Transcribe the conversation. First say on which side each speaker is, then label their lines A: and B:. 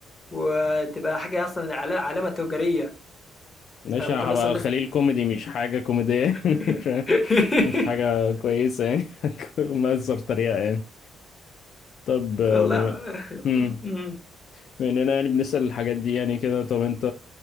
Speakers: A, on the left (about 25°); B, on the left (about 65°).
A: وتبقى حاجة أصلًا علا علامة تجارية،
B: ماشي
A: فممكن
B: انا هبقى
A: أصلًا الناس
B: خليل كوميدي مش حاجة كوميدية <laughs>
A: <laughs>
B: مش مش حاجة كويسة يعني <laughs> مأثر طريقة يعني طب آه،
A: والله
B: بما هم،
A: إمم،
B: بما اننا يعني بنسأل الحاجات دي يعني كده طب انت